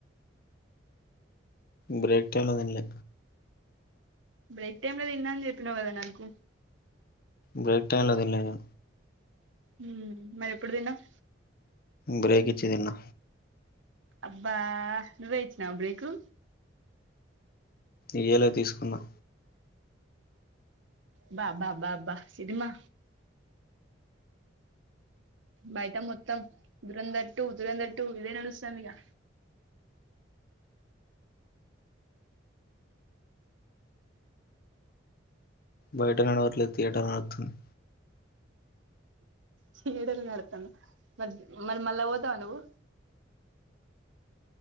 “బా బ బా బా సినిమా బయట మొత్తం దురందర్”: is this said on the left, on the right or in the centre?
Right